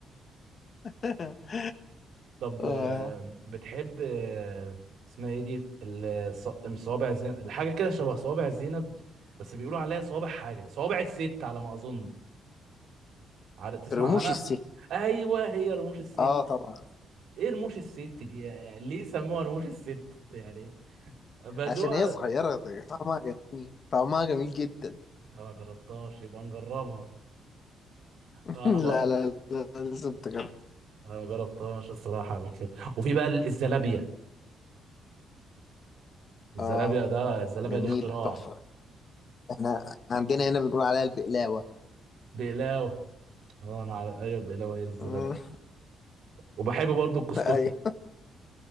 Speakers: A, on the left (about 50°); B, on the right (about 70°).
A: <laughs>
B: طب
A: آه،
B: آه، بتحب آه، اسمها ايه دي الص- صوابع زينب الحاجه كده شبه صوابع زينب بس بيقولوا عليها صوابع حاجه صوابع الست على ما اظن عارف تسمع
A: رموش
B: عنها
A: الست
B: ايوه هي رموش الست
A: اه
B: دي
A: طبعا
B: ايه رموش الست دي يعني ليه سموها رموش الست يعني بدوء
A: عشان هي صغيرة ده طعمها جميل طعمها جميل جدا
B: ما جربتهاش يبقى نجربها
A: <laughs>
B: آه، انا برضه
A: لا لا لا لازم تجرب
B: انا ما جربتهاش الصراحه قبل كده وفي بقى الزلابيه الزلابيه
A: اه
B: ده الزلابيه
A: جميلة
B: دي اختراع
A: تحفة احنا عندنا هنا بنقول عليها البقلاوة
B: بقلاوه اه انا عارف ايوه البقلاوه هي الزلابيه
A: مم،
B: وبحب برضو الكسكسي
A: <laughs> ايوه